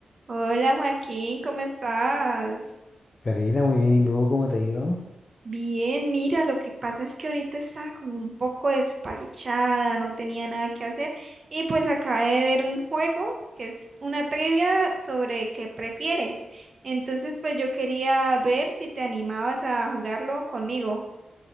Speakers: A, on the right; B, on the left.
A: Hola Joaquín, ¿cómo estás?
B: Karina, muy bien. ¿Y tú cómo te ha ido?
A: Bien, mira, lo que pasa es que ahorita estaba como un poco desparchada, no tenía nada que hacer y pues acabé de ver un juego que es una trivia sobre qué prefieres. Entonces pues yo quería ver si te animabas a jugarlo conmigo.